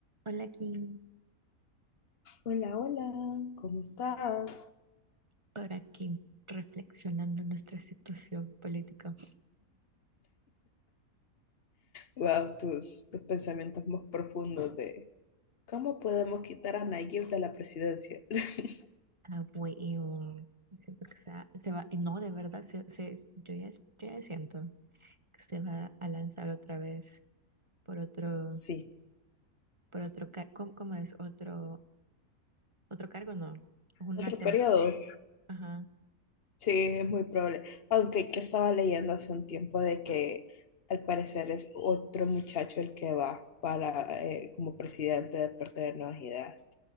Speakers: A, on the right; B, on the left.
A: Hola, Kim,
B: Hola, hola, ¿cómo estás?
A: por aquí reflexionando nuestra situación política.
B: Wow, tus, tus pensamientos más profundos de cómo podemos quitar a Nayib de la presidencia. <laughs>
A: Ah, huevo. Siento que se va, se va- no, de verdad, se, se- yo ya, yo ya siento que se va a lanzar otra vez por otro,
B: Sí,
A: por otro, car- ¿cómo, cómo es? Otro, otro cargo, no, una
B: otro
A: tem-
B: periodo.
A: ajá,
B: Sí, es muy probable. Aunque que estaba leyendo hace un tiempo de que al parecer es otro muchacho el que va para eh, como presidente de parte de Nuevas Ideas.